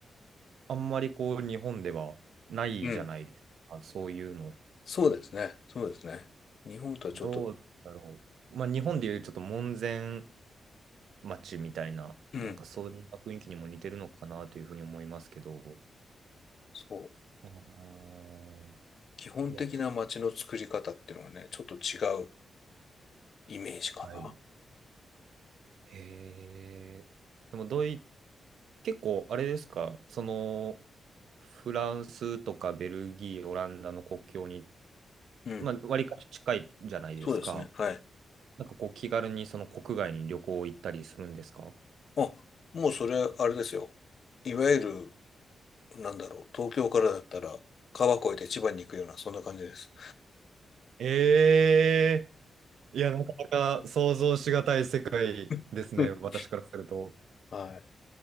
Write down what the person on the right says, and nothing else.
あんまりこう、日本ではないじゃないですか、
そういうの。
どうだろう。まあ、日本でいうちょっと門前街みたいな、
なんかそういう雰囲気にも似てるのかなというふうに思いますけど。
あー
いや、ちょ、
はい。へえ。でもドイ、結構あれですか、その、フランスとかベルギー、オランダの国境に、
まあ、割かし近いじゃないですか。
なんかこう気軽にその国外に旅行行ったりするんですか
ええいや、なかなか想像しがたい世界ですね、
私からすると。